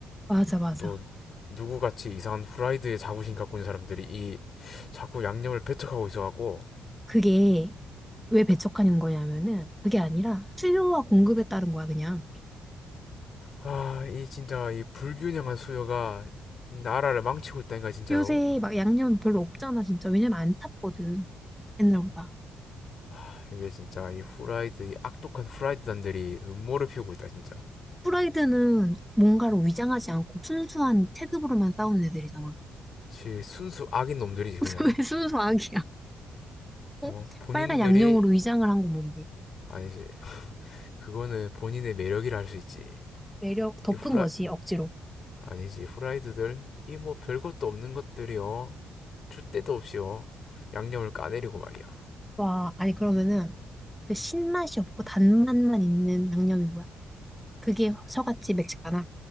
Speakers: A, in the centre; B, on the left (about 50°).
A: 맞아, 맞아.
B: 또 누구같이 이상한 후라이드에 자부심 갖고 있는 사람들이 이 자꾸 양념을 배척하고 있어갖고
A: 그게 왜 배척하는 거냐면은 그게 아니라 수요와 공급에 따른 거야, 그냥.
B: 아 이 진짜 이 불균형한 수요가 나라를 망치고 있다니까 진짜로.
A: 요새 막 양념 별로 없잖아, 진짜. 왜냐면 안 탔거든. 옛날보다.
B: 아, 이게 진짜 이 후라이드 이 악독한 후라이드단들이 음모를 피우고 있다 진짜.
A: 프라이드는 뭔가로 위장하지 않고 순수한 체급으로만 싸우는 애들이잖아.
B: 지 순수 악인 놈들이지
A: <laughs>
B: 그냥.
A: 왜 순수 악이야? 어?
B: 어? 본인들이
A: 빨간 양념으로 위장을 한 건 뭔데?
B: 아니지. 그거는 본인의 매력이라 할 수 있지.
A: 매력 덮은
B: 이 후라
A: 거지, 억지로.
B: 아니지 후라이드들 이 뭐 별것도 없는 것들이요. 줄 데도 없이요. 양념을 까내리고 말이야.
A: 와, 아니 그러면은 그 신맛이 없고 단맛만 있는 양념이 뭐야? 그게 서갓집매시카나